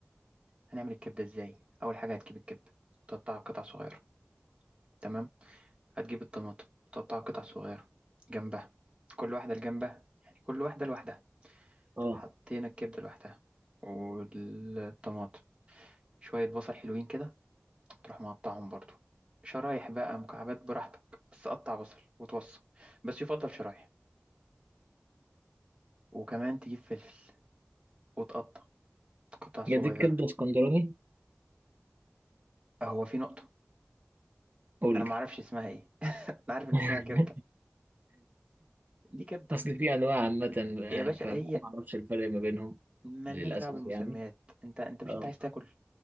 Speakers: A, on the right (about 25°); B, on the right (about 45°).
A: هنعمل الكبدة إزاي؟ أول حاجة هتجيب الكبدة وتقطعها قطع صغيرة تمام؟ هتجيب الطماطم وتقطعها قطع صغيرة جنبها كل واحدة لجنبها يعني كل واحدة لوحدها
B: اه
A: حطينا الكبدة لوحدها والطماطم شوية بصل حلوين كده تروح مقطعهم برضو شرايح بقى مكعبات براحتك بس قطع بصل وتوصل بس يفضل شرايح وكمان تجيب فلفل وتقطع قطع صغيرة
B: جديد كبده اسكندراني
A: آه، هو في نقطة
B: قول
A: أنا ما
B: لي
A: أعرفش اسمها إيه <laughs> أنا عارف إن
B: <laughs>
A: اسمها كبدة دي كبدة
B: اصل في انواع عامه آه،
A: يا باشا
B: فما
A: هي
B: اعرفش الفرق ما بينهم
A: ملناش
B: للاسف
A: دعوة بالمسميات
B: يعني
A: أنت أنت مش
B: اه
A: أنت عايز تاكل